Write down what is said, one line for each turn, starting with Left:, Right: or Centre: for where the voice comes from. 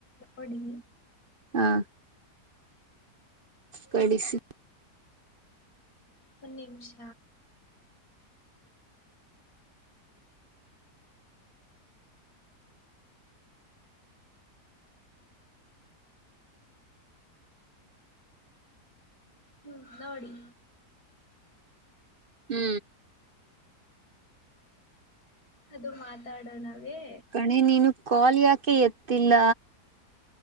Left: ಅಡಿ
Right: ಹಾ ಕಳಿಸಿ
Left: ಒನ ನಿಮಿಷ ಹ್ಮ್ -ನೋಡಿ
Right: ಹ್ಮ್
Left: ಅದು ಮಾತಾಡೋಣವೇ.
Right: ಕಣೆ ನೀನು ಕಾಲ್ ಯಾಕೆ ಎತ್ತಿಲ್ಲ.